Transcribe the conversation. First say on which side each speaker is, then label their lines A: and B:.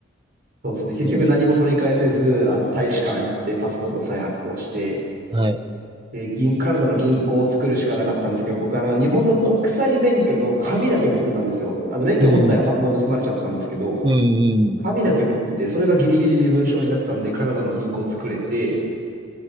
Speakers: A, on the right; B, on the right.
A: そうですね。結局何も取り返せず、
B: えー、
A: あの、大使館行って、パスポート再発行して、
B: はい。
A: で、銀、カナダの銀行を作るしかなかったんですけど、僕、あの、日本の国際免許の紙だけ持ってたんですよ。あの、免許本体はもう盗まれちゃってたんですけど、
B: うん、うん、うん。
A: 紙だけ持ってて、それがギリギリ身分証になったんで、カナダの銀行を作れて、